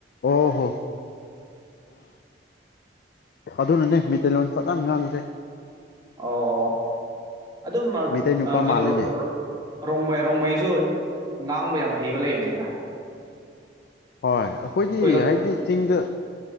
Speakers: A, on the left (about 55°); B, on the right (about 20°).
A: ꯑꯣ ꯑꯗꯨꯅꯅꯦ ꯃꯩꯇꯩꯂꯣꯟ ꯐꯖꯅ ꯉꯥꯡꯕꯁꯦ
B: ꯑꯣ ꯑꯗꯨꯝ
A: ꯃꯩꯇꯩ ꯅꯨꯄꯥ
B: ꯀꯩꯅꯣ
A: ꯃꯥꯜꯂꯤꯅꯦ
B: ꯔꯣꯡꯃꯩ ꯔꯣꯡꯃꯩꯁꯨ ꯉꯥꯡꯕ ꯌꯥꯝ ꯍꯩꯕ ꯂꯩꯕꯅꯤꯗ
A: ꯍꯣꯏ ꯑꯩꯈꯣꯏꯗꯤ
B: ꯑꯩꯈꯣꯏ
A: ꯍꯥꯏꯕꯗꯤ ꯆꯤꯡꯗ